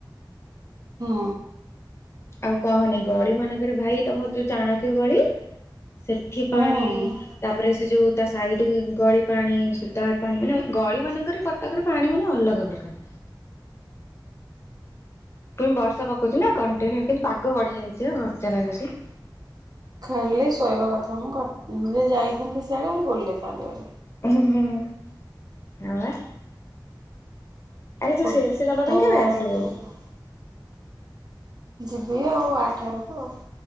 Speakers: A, on the right (about 55°); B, on the left (about 35°).
A: ହୁଁ।
B: ଆଉ କହନି ଗଳି ମାନଙ୍କରେ ଭାଇ ତମର ଯୋଉ ଚାଣକ୍ୟ ଗଳି ସେଠି
A: ହୁଁ।
B: ପାଣି ତାପରେ ସେ ଯୋଉଁ ତା ସାଇଡ ଗଳି ପାଣି ସୂତା ହାଟ ପାଣି ମାନେ ଗଳି ମାନଙ୍କରେ କଟକର ପାଣି ମାନେ ଅଲଗା ପ୍ରକାର। ପୁଣି ବର୍ଷା ପକଉଛି ନା କଣ୍ଟିନ୍ୟୁ କିନ୍ତୁ ପାଗ ବଢିଆ ହେଇଛି ମଜା ଲାଗୁଛି
A: ଖାଲି ଶୋଇବା କଥା ମୁଁ କ ମୁଁ ଯଦି ଯାଇଥାନ୍ତି ସିଆଡେ ବୁଲିଥାନ୍ତି।
B: ହୁଁ ହୁଁ ହଁ ବା। ଆରେ ତୁ
A: ବୁଧବାର
B: ସି ଏଲ ସି ନବା ପାଇଁ କେବେ ଆସିବୁ?
A: ଆଡ଼କୁ ଯିବା ଯିବି ଆଉ ଆଠ ଆଡ଼କୁ ଆଉ।